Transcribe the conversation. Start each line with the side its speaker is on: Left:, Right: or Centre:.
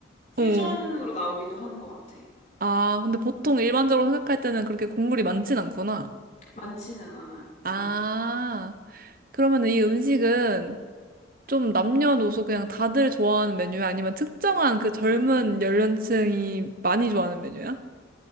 Right: 어.
Left: 퓨전으로 나오기도 하는 것 같아.
Right: 아, 근데 보통 일반적으로 생각할 때는 그렇게 국물이 많진 않구나.
Left: 많지는 않아.
Right: 아.
Left: 어.
Right: 그러면 이 음식은 좀 남녀노소 그냥 다들 좋아하는 메뉴야? 아니면 특정한 그 젊은 연령층이 많이 좋아하는 메뉴야?